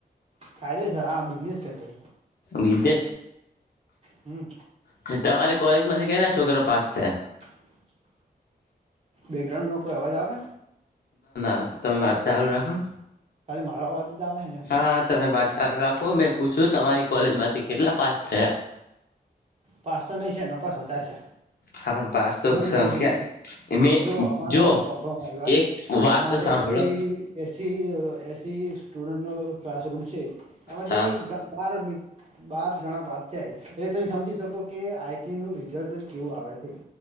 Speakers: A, on the right; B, on the left.
A: ફાયદે છે આ બિઝનેસ છે ભ.
B: વિીધે
A: હમ
B: છે તમારે કોલેજ માંથી કેલા છોકરા. પાંચ છે.
A: <inaudible> બેકગ્રાઉન્ડ નો કોઈ અવાજ આવે.
B: હા તમે વાત ચાલુ રાખો.
A: ખાલી મારો અવાજ. જ આવે છે ને
B: હા હા તમે વાત. ચાલ રાખો મેં પૂછ્યું તમારી કોલેજમાંથી કેટલા પાસ થયા.
A: પાસ તો નહી છે ન પાાસ વધારે છે.
B: હા પણ પાસ તો
A: હ
B: સંખ્યા
A: છોડીને
B: મેં
A: જો અમારો
B: જો
A: અભત
B: એક વાત
A: અમારે
B: તો સાંભળો
A: એસી એસી એસી સ્ટુડન્ટ ન ક્લાસરૂમ છે એમાંથી
B: હા
A: બાર. બાર જણા પાસ થાય એટલે તમે સમજી શકો. કે આઈટી નું રિઝલ્ટ કેવું આવે છે.